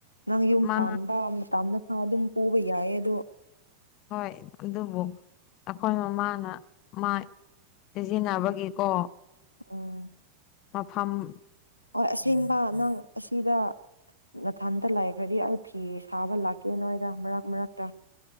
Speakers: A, on the left (about 85°); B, on the left (about 40°).
A: ꯅꯪ ꯌꯨꯝ
B: ꯃꯥ
A: ꯄꯥꯟꯕ ꯃꯇꯝꯅꯁꯥ ꯑꯗꯨꯝ ꯄꯨꯕ ꯌꯥꯏꯌꯦ ꯑꯗꯣ
B: ꯍꯣꯏ ꯑꯗꯨꯕꯨ ꯑꯩꯈꯣꯏ ꯃꯃꯥꯅ ꯃꯥ ꯁꯤꯖꯤꯟꯅꯕꯒꯤꯀꯣ
A: ꯑꯣ
B: ꯑꯐꯝꯝ
A: ꯍꯣꯏ ꯑꯁꯦꯡꯕ ꯅꯪ ꯑꯁꯤꯗ ꯅꯊꯥꯟꯗ ꯂꯥꯏꯈ꯭ꯔꯗꯤ ꯀꯤ ꯁꯥꯕ ꯂꯥꯛꯀꯦ ꯅꯣꯏꯗ ꯃꯔꯛ ꯃꯔꯛꯇ